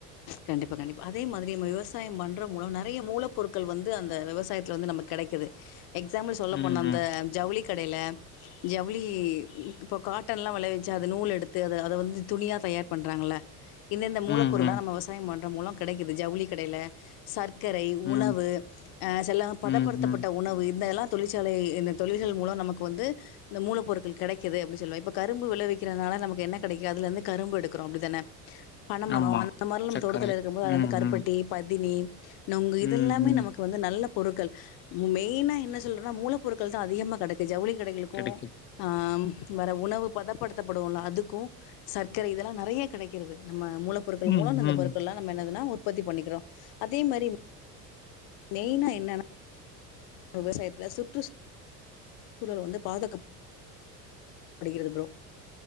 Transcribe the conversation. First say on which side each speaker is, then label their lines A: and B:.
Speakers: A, on the left; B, on the left.
A: கண்டிப்பா கண்டிப்பா அதே மாதிரி நம்ப விவசாயம் பண்றவங்களு நெ நெறைய மூல பொருட்கள் வந்து அந்த விவசாயத்துல வந்து நமக்கு கெடைக்குது எக்ஸாம்பிள் சொல்ல
B: ம்,
A: போன அந்த
B: ம்.
A: ஜவுளி வுளி கடையில ஜவுளி இப்ப காட்டன்ல்லா விளையவிச்சூ அத நூல் எடுத்து அத அத வந்து துணியா தயார் பண்றாங்கள இந்த இந்த
B: ம்,
A: மூல பொருள்ல
B: ம்.
A: நம்ம விவசாயம் பண் மூலம் கிடைக்குது ஜவுளி கடையில சர்க் க்கரை
B: ம்,
A: உணவு அஹ் சில
B: ம்,
A: பதப்படுத்தப்பட்ட
B: ம்.
A: உணவு இந்தெல்லா தொழிற்சாலை இந்த தொழில்கள் மூலம் நமக்கு வந்து இந்த மூலப் பொருட்கள் கெடைக்குது அப்டின்னு சொல்லா இப்ப கரும்பு விளைவிக்கிறதுனால நமக்கு என்ன கெடைக்கு அதுல இருந்து கரும்பு எடுக்றோ அப்டித்தானே பனமரோ
B: ஆமா.
A: அந்த மாதிரிலா நம்ம
B: சர்க்கரை.
A: தோட்டத்துத்தில இருக்கும் போது அது
B: ம்,
A: வந்து கருப்பட்டெி
B: ம்.
A: பதினி உம் நொங்கு இதெல்லாமே
B: ம், ம்.
A: நமக்கு வந்து நல்ல பொருட்கள் மெயினா என்ன சொல்றனா மூல பொருட்கள் தா அதிகமாக கிடக்கு ஜவுளி கடைகளுக்கு
B: கிடைக்குது.
A: ஆ ம் வேற உணவு பதப்படுத்தப்படுவுல அதுக்கு சர்க்கரை இதெல்லா நெறைய கெடைக்கிறது நம்ம மூல பொருட்கள்
B: ம்,
A: மூலம்ந்த
B: ம்.
A: பொருட்கள்ல்லா நம்ம என்னதுன்னா ஒரு உற்பத்தி பண்ணிக்கிறோம் அதே மாதிரி மெயினா என்னன்னா விவசாயத்துல சுற்றுச்சூழல் வந்து பாதுக அடிக்கிறது ப்ரோ